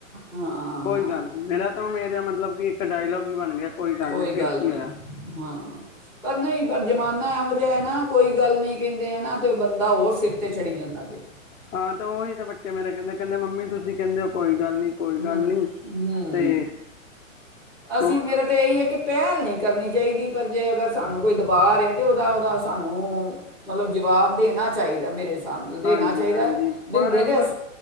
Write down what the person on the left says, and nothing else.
ਕੋਈ
ਗੱਲ ਨੀ ਮੇਰਾ ਤਾਂ ਮੇਰਾ ਮਤਲਬ ਕਿ ਇੱਕ ਡਾਇਲੋਗ ਵੀ ਬਣ ਗਿਆ।
ਨਹੀਂ ਫਿਰ
ਕੀ
ਹੋਇਆ
ਹਾਂ ਤੇ ਉਹੀ ਤਾਂ ਬੱਚੇ ਮੇਰੇ ਕਹਿੰਦੇ ਕਹਿੰਦੇ ਮੰਮੀ ਤੁਸੀਂ ਕਹਿੰਦੇ ਹੋ ਕੋਈ ਗੱਲ ਨਹੀਂ ਕੋਈ
ਗੱਲ ਨਹੀਂ
ਤੇ
ਉਹ
ਹਾਂਜੀ
ਹਾਂਜੀ
ਪਰ
ਮਤ